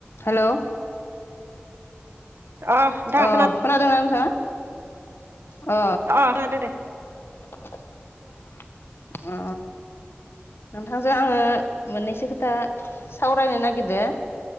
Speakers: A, on the left; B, on the right.
A: हेल'?
B: अ नोंथां
A: अ खोनादोंना नोंथाङा? अ।
B: अ आ दो दे
A: <inaudible> अ नोंथांजों आङो मोननैसो खोथा सावरायनो नागिरदो